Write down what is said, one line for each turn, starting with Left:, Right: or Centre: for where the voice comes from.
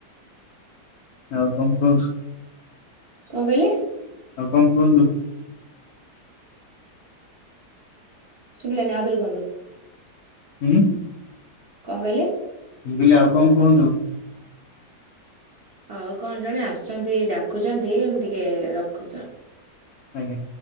Left: ଆଉ କଣ କୁହନ୍ତୁ?
Right: କଣ କହିଲେ?
Left: ଆଉ କଣ କୁହନ୍ତୁ?
Right: ଶୁଭିଲାନି ଆଉ ଥରେ କୁହନ୍ତୁ?
Left: ହୁଁ।
Right: କଣ କହିଲେ?
Left: ମୁଁ କହିଲି ଆଉ କଣ କୁହନ୍ତୁ?
Right: ହଉ କଣ ଜଣେ ଆସଛନ୍ତି ଡାକୁଛନ୍ତି ମୁ ଟିକେ ରଖୁଛ
Left: ଆଜ୍ଞା।